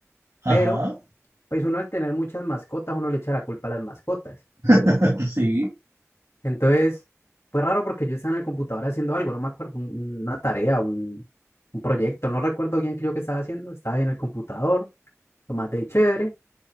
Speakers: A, on the left; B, on the right.
A: Pero,
B: Ajá,
A: pues uno al tener muchas mascotas, uno le echa la culpa a las mascotas.
B: <laughs> sí.
A: Entonces, fue raro porque yo estaba en el computador haciendo algo, no me acuerdo, un- una tarea, un, un proyecto, no recuerdo bien qué yo que estaba haciendo. Estaba ahí en el computador, lo más de chévere.